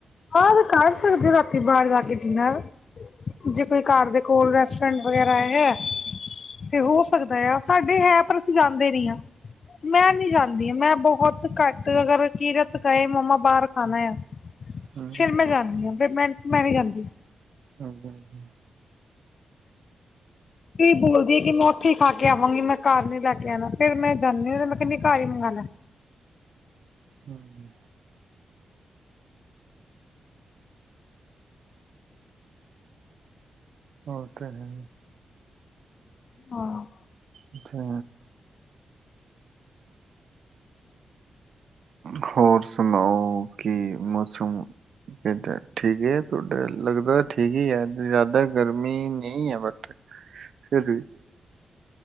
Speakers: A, on the left (about 50°); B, on the right (about 60°).
A: ਹਾਂ ਕਰ ਸਕਦੇ ਰਾਤੀਂ ਬਾਹਰ ਜਾ ਕੇ ਡਿਨਰ ਜੇ ਕੋਈ ਘਰ ਦੇ ਕੋਲ਼ ਰੈਸਟੋਰੈਂਟ ਵਗੈਰਾ ਹੈਗਾ। ਤੇ ਹੋ ਸਕਦਾ ਆ ਸਾਡੇ ਹੈ ਪਰ ਅਸੀਂ ਜਾਂਦੇ ਨ੍ਹੀਂ ਆ। ਮੈਂ ਨੀ ਜਾਂਦੀ ਹ ਮੈਂ ਬਹੁਤ ਘੱਟ ਅਗਰ ਕੀਰਤ ਕਏ ਮੰਮਾ ਬਾਹਰ ਖਾਣਾ ਆ।
B: ਹਮ
A: ਫ਼ੇਰ ਮੈਂ ਜਾਂਣੀ ਹਾਂ ਫ਼ੇਰ ਮੈਂ, ਮੈਂ ਨੀ ਜਾਂਦੀ।
B: ਹਾਂਜੀ- ਹਾਂਜੀ।
A: ਕੀ ਬੋਲਦੀਏ ਕਿ ਮੈਂ ਉੱਥੇ ਹੀ ਖਾ ਕੇ ਆਵਾਂਗੀ ਮੈਂ ਘਰ ਨੀ ਲੈ ਕੇ ਆਣਾ ਫ਼ੇਰ ਮੈਂ ਜਾਣੀ ਓਦੇ ਹੇ ਮੈਂ ਕਹਿਣੀ ਘਰ ਈ ਮੰਗਉਣਾ।
B: ਹਮ। ਓ ਤੇ ਹੈ।
A: ਹਾਂ।
B: ਅੱਛਾ। ਹੋਰ ਸੁਣਾਓ? ਕੀ ਮੌਸਮ ਏਧਰ ਠੀਕ ਤੁਹਾਡਾ ਲੱਗਦਾ ਠੀਕ ਈ ਏ ਜ਼ਿਆਦਾ ਗਰਮੀ ਨਹੀਂ ਏ ਬਟ ਫ਼ਿਰ ਵੀ